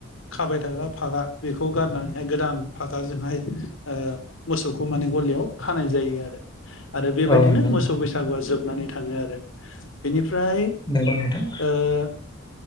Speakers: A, on the left; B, on the left.
A: खाबाय थाग्रा फागा बेखौ गारनानैहाय गोदान फागाजोंहाय ओ मोसौखौ माने गलियाव खानाय जायो आरो। आरो बेबायदिनो
B: औ नंगौ नोंथां
A: मोसौ बैसागुआ जोबनानै थाङो आरो। बेनिफ्राय
B: नंगौ नोंथां
A: ओ